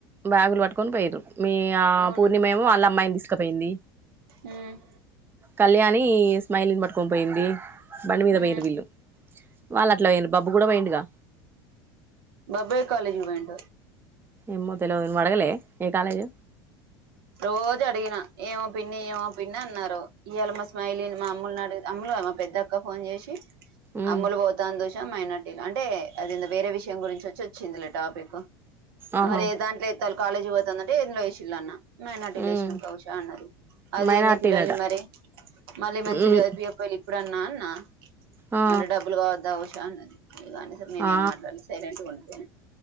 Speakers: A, on the right; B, on the right.
A: బ్యాగులు పట్కొని పోయారు మీ ఆ
B: అవునా
A: పూర్ణిమ ఏమో వాళ్ళ అమ్మాయిని తీసుకుపోయింది
B: ఉమ్
A: కళ్యాణి స్మైలిని పట్టుకొని పోయింది బండి మీద
B: ఉమ్
A: పోయిరు వీళ్ళు వాళ్ళు అట్లా పోయిరు బబ్బు కూడా పోయిండుగా
B: బబ్బే కాలేజ్ కి పోయిండు
A: ఏమో తెలవదు నువ్వు అడగలే ఏ కాలేజు
B: రోజు అడిగిన ఏమో పిన్ని ఏమో పిన్ని అన్నారు ఈయాల మస్మాయిలిన్ మా అమ్మలునిడి అమ్లు మా పెద్దక్క ఫోన్ చేసి
A: మ్మ్
B: అమ్ములు పోతాంది ఉష మైనార్టీలు అంటే అదెందో వేరే విషయం గురించి వచ్చి వచ్చింది లే టాపిక్
A: ఆహా
B: మరి ఏ దాంట్లో అయ <unintelligible> తే కాలేజ్ పోతుందంటే ఏ వేసిల్ళ అన్న మైనారిటిలో
A: మ్మ్
B: లేషినం కవిష అన్నది అదేంది
A: మైనార్టీనట
B: పిల్లల్ని మరి మళ్ళీ మంచిగా
A: మ్మ్
B: చదిపియపోయిళి ఇప్పుడున్నా అన్నా
A: ఆ
B: అంటే డబ్బులు కావద్దా ఉషా అన్నది ఇగ అనేసరికి నేనేం
A: ఆ
B: మాట్లాడలే సైలెంట్గా ఉండిపోయిన